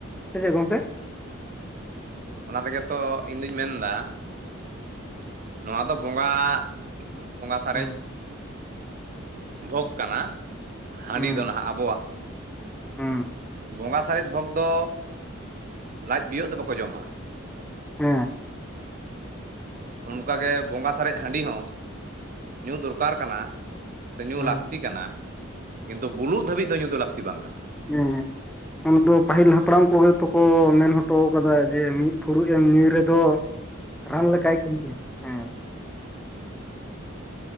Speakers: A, in the centre; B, on the right.
A: ᱥᱮᱪᱮᱫ ᱜᱚᱝᱠᱮ?
B: ᱚᱱᱟ ᱛᱮᱜᱮᱛᱚ ᱤᱧᱫᱚᱩᱧ ᱢᱮᱱᱫᱟ ᱱᱚᱣᱟ ᱫᱚ ᱵᱚᱸᱜᱟ ᱵᱚᱸᱜᱟ ᱥᱟᱨᱮᱡᱼᱼ
A: ᱦᱮᱸ
B: ᱵᱷᱳᱜᱽ ᱠᱟᱱᱟ ᱦᱟᱺᱰᱤ
A: ᱦᱮᱸ
B: ᱫᱚ ᱱᱟᱦᱟᱜ ᱟᱵᱚᱣᱟᱜ
A: ᱦᱮᱸ
B: ᱵᱚᱸᱜᱟ ᱥᱟᱨᱮᱡ ᱵᱷᱳᱚᱜᱽ ᱫᱚ ᱞᱟᱡ ᱵᱤᱭᱳᱜ ᱫᱚ ᱵᱟᱠᱚ ᱡᱚᱢᱟ
A: ᱦᱮᱸ
B: ᱚᱱᱠᱟᱜᱮ ᱵᱚᱸᱜᱟ ᱥᱟᱨᱮᱡ ᱦᱟᱺᱰᱤ ᱦᱚᱸ ᱧᱩ ᱫᱚᱨᱠᱟᱨ ᱠᱟᱱᱟ ᱥᱮ ᱧᱩ
A: ᱦᱮᱸ
B: ᱞᱟᱹᱠᱛᱤ ᱠᱟᱱᱟ ᱠᱤᱱᱛᱩ ᱵᱩᱞᱩᱜ ᱫᱷᱟᱹᱵᱤᱡ ᱫᱚ ᱧᱩ ᱫᱚ ᱞᱟᱹᱠᱛᱤ ᱵᱟᱝ ᱠᱟᱱᱟ
A: ᱦᱮᱸ ᱦᱮᱸ ᱟᱢᱫᱚ ᱫᱚ ᱯᱟᱹᱦᱤᱞ ᱦᱟᱯᱲᱟᱢ ᱠᱚᱜᱮ ᱛᱚᱠᱚ ᱢᱮᱱ ᱦᱚᱴᱚ ᱠᱟᱫᱟ ᱡᱮ ᱢᱤᱫ ᱯᱷᱩᱲᱩᱜ ᱮᱢ ᱧᱩᱭ ᱨᱮᱫᱚᱼᱼ ᱨᱟᱱ ᱞᱮᱠᱟᱭ ᱠᱟᱹᱢᱤᱭᱟ ᱦᱮᱸ